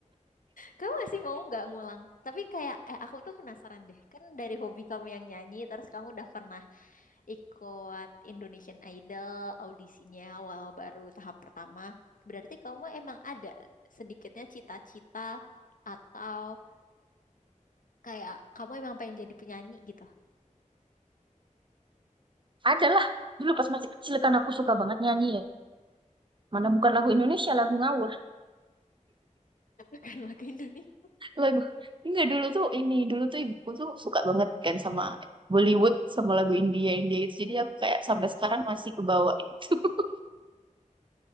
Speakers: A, on the left; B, on the right.
A: Kamu masih mau nggak ngulang? Tapi kayak, eh aku tuh penasaran deh. Kan dari hobi kamu yang nyanyi, terus kamu udah pernah ikut Indonesian Idol audisinya walau baru tahap pertama. Berarti kamu emang ada sedikitnya cita-cita atau kayak kamu emang pengen jadi penyanyi gitu,
B: Adalah dulu pas masih kecil kan aku suka banget nyanyi ya. Mana bukan lagu Indonesia, lagu ngawur.
A: <laughs> bukan lagu Indonesia.
B: Lagu enggak dulu tuh ini, dulu tuh ibuku tuh suka banget kan sama Bollywood sama lagu India India gitu. Jadi
A: Hmm.
B: aku kayak sampai sekarang masih kebawa itu. <laughs>